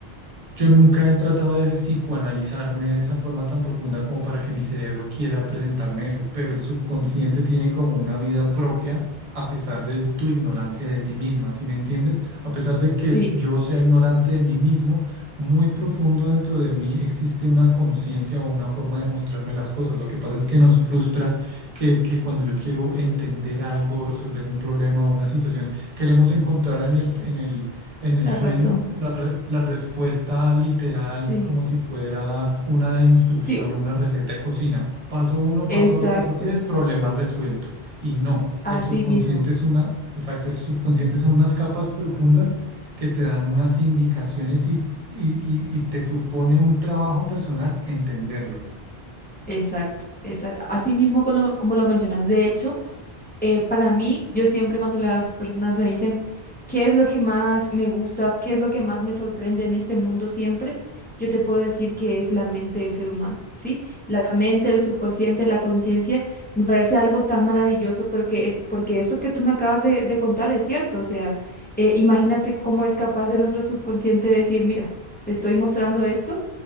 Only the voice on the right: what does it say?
Yo nunca he tratado de psicoanalizarme de esa forma tan profunda como para que mi cerebro quiera presentarme eso, pero el subconsciente tiene como una vida propia a pesar de tu ignorancia de ti misma, ¿sí me entiendes? A pesar de que
yo sea ignorante de mí mismo, muy profundo dentro de mí existe una conciencia o una forma de mostrarme las cosas. Lo que pasa es que nos frustra que, que cuando yo quiero entender algo, resolver un problema o una situación, queremos encontrar en el, en el en el
sueño,
la, re- la respuesta literal,
como si fuera una instrucción
o una receta de cocina. Paso uno,
paso dos, paso tres, problema resuelto. Y no,
el subconsciente
es una, exacto, el subconsciente son unas capas profundas que te dan unas indicaciones y, y, y- y te supone un trabajo personal entenderlo.